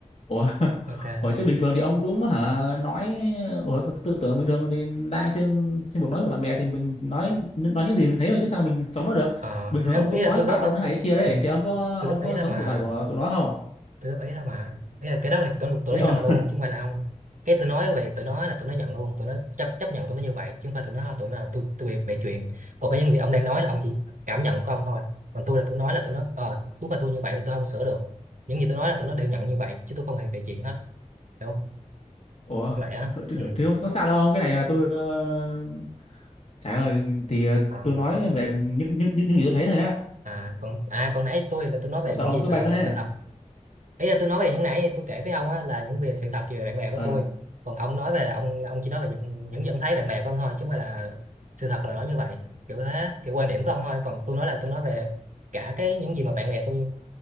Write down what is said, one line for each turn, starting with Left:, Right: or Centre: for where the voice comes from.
Left: ủa <laughs>
Right: ok
Left: Bởi chứ bình thường thì ông cũng hả nói ủa tôi, tôi tưởng bình thường thì đang trên trên một nói với bạn bè thì mình nói nói những gì mình thấy rồi chứ sao mình sống nó được.
Right: ờ
Left: Bình thường
Right: em
Left: ông cũng
Right: ý là
Left: nói
Right: tôi
Left: với bạn
Right: góp á,
Left: ông thế này
Right: tôi
Left: thế kia đấy
Right: ừ,
Left: thì ông có
Right: tôi
Left: ông
Right: góp ý
Left: có
Right: thôi
Left: sống
Right: mà
Left: cuộc đời của tụi nó không?
Right: tôi góp ý thôi mà ý là cái đó là tôi tôi
Left: Thấy
Right: nó
Left: không?
Right: nhận luôn chứ không phải là ông cái tôi nói về tôi nói là tôi nó nhận luôn tôi nó chấp chấp nhận tôi nó như vậy chứ không phải tôi nó thôi tụi nó là tôi tôi bịa chuyện còn cái những việc ông đang nói là ông chỉ cảm nhận của ông thôi còn tôi là tôi nói là tôi nó ờ đúng là tôi như vậy tôi, tôi không sửa được những gì tôi nói là tôi nó đều nhận như vậy chứ tôi không hề bịa chuyện hết hiểu không
Left: Ủa
Right: như vậy á
Left: thì, thì,
Right: ừ
Left: thì không có sao đâu ông Cái này là tôi ờ, Trời ơi thì ờ,
Right: à,
Left: tôi nói về những những những, những gì tôi thấy thôi á.
Right: à còn à còn nãy tôi là tôi nói về
Left: Mà sao
Right: những
Left: ông
Right: gì
Left: cứ
Right: mà
Left: banh nó thế?
Right: sự thật ý là tôi nói về những nãy tôi kể với ông á là những việc sự thật về bạn bè của
Left: Ờ
Right: tôi còn ông nói về là ông ông chỉ nói về những những gì ông thấy bạn bè của ông thôi chứ không phải là sự thật là nó như vậy kiểu thế kiểu quan điểm của ông thôi còn tôi nói là tôi nói về cả cái những gì mà bạn bè tôi